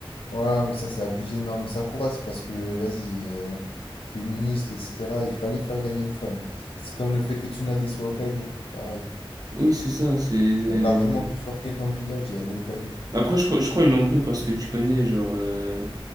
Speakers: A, on the left (about 80°); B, on the right (about 40°).
A: Ouais, mais ça c'est abusé, non, mais ça courasse parce que, vas-y, euh, féministe, etc., il fallait faire gagner une femme. C'est comme le fait que Tsunade soit Hokage, c'est pareil.
B: Oui, c'est ça. c'est... c'est-
A: Il y a largement plus fort qu'elle dans le village et elle est Hokage.
B: Après, je crois, je crois qu'ils l'ont pris parce que tu connais, genre. euh,